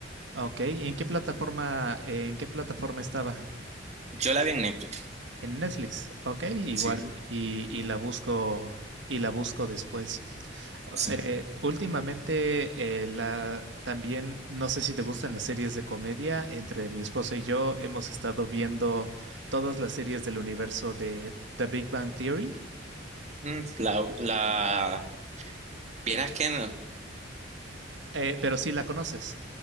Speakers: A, on the right (about 80°); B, on the right (about 40°).
A: Ah, Ok, ¿y en qué plataforma, en qué plataforma estaba?
B: Yo la vi en Netflix.
A: En Netflix, ok, igual,
B: Sí,
A: y, y la busco, y la busco después. Ah,
B: sí.
A: eh, últimamente, eh, la, también, no sé si te gustan las series de comedia, entre mi esposa y yo hemos estado viendo todas las series del universo de The Big Bang Theory,
B: Mm, La, la, vieras que no-
A: Eh, pero sí la conoces.